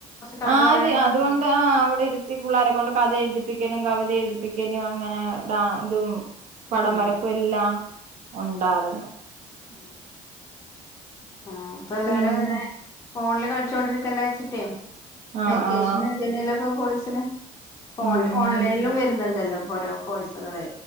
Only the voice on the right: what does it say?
ആര്
അതുകൊണ്ടാ ആഹ് അവിടെ ത്തി പിള്ളേരെ കൊണ്ട് കഥ എഴുതിപ്പിക്കലും കവിത എഴുതിപ്പിക്കലും അങ്ങനെ ഡാ ഇതും പടം
വരപ്പെല്ലാം ഒണ്ടാര്ന്നു
പിന്നെ
ആഹ്
ആഹ്
ഉം